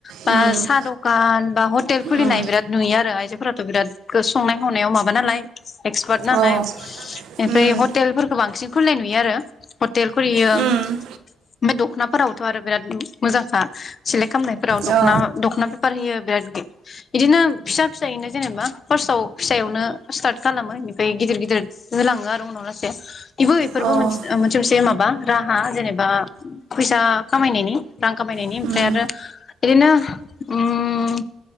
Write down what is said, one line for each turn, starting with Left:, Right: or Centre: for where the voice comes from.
Left: बा
Right: उम
Left: साहा दखान बा हटेल खुलिनाय
Right: उम
Left: बिराद नुयो आरो आयजोफोराथ बिराद गो संनाय खावनायाव माबा नालाय। एक्सपार्ट
Right: औ
Left: नालाय ओमफ्राय
Right: उम
Left: हटेल फोरखौ बांसिन खुलिनाय नुयो आरो हटेल खुलियो
Right: उम
Left: ओमफाय दखनाफोरावथ आरो बिराद मोजांखा। सिलेक खामनायफोराव दखना
Right: औ
Left: दखना बेफार होयो। बिराद बिदिनो फिसा फिसायैनो जेनेबा फार्स्टआव फिसायावनो स्टार्ट खालामो इनिफ्राय गिदिर गिदिर होलाङो आरो उनाव लासै इबो इफोरबो
Right: औ
Left: मोन
Right: उम
Left: मोनसे मोनसे माबा बा राहा जेनेबा फैसा खामायनायनि रां खामायनायनि
Right: उम
Left: ओरैनो ओम